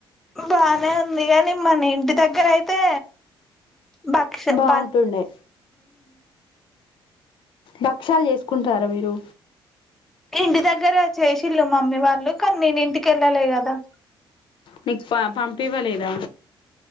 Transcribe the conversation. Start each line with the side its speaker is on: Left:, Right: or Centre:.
Centre: బానే ఉంది గానీ మన ఇంటి దగ్గర అయితే బక్ష
Left: బాగుంటుండే
Centre: బ
Left: భక్షలు చేసుకుంటారా మీరు
Centre: ఇంటి దగ్గర చేసిల్ళు మమ్మీ వాళ్ళు కానీ నేను ఇంటికి వెళ్ళాలే కదా
Left: నీకు ప పంపివ్వలేదా